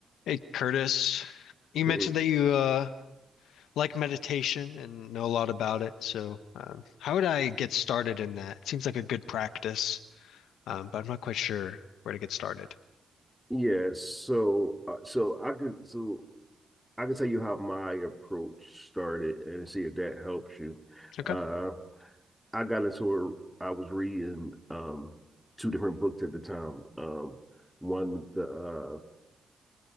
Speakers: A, on the left; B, in the centre.
A: Hey Curtis, you
B: Hey,
A: mentioned that you uh, like meditation and know a lot about it. So, um, how would I get started in that? It seems like a good practice, um, but I'm not quite sure where to get started.
B: Yeah, so uh, so I could so I can tell you how my approach started and see if that helps you.
A: Okay.
B: Uh, I got into a, I was reading um two different books at the time. Um, one the